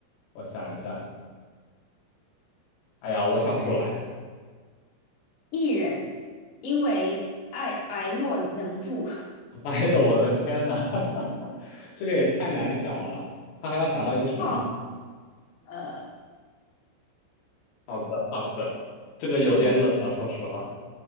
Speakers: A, on the left; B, on the left.
A: 我想一下，哎呀，我想不出来。
B: 艺人，因为爱爱莫能助。<laughs>
A: <laughs> 哎呦，我的天呐，<laughs> 这个也太难想了，他还要想到一个成语。
B: 哦，呃，
A: 好的，好的，这个有点冷啊，
B: 嗯
A: 说实话。